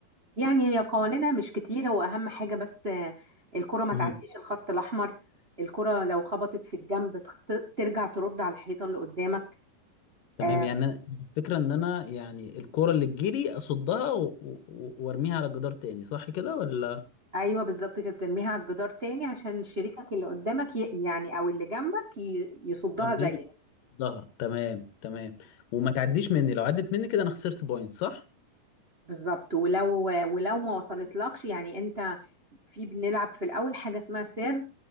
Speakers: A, on the right; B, on the left.
A: يعني هي قوانينها مش كتير هو اهم حاجه بس آه، الكره ما
B: مم.
A: تعديش الخط الاحمر الكره لو خبطت في الجنب تخ- ترجع ترد على الحيطه اللي قدامك
B: تمام
A: آه
B: يعني أنا- الفكرة ان انا يعني الكرة اللي تجيلي اصدها و- و- و- وارميها على الجدار تاني صح كده ولا
A: ايوه بالظبط كده ترميها على الجدار تاني عشان شريكك اللي قدامك ي- يعني او اللي جنبك ي- يصدها
B: كان بي
A: زيك
B: ضها تمام تمام وما تعديش مني لو عدت مني كده انا خسرت بوينت صح
A: بالظبط ولو ولو ما وصلتلكش يعني انت في بنلعب في الاول حاجه اسمها سيرف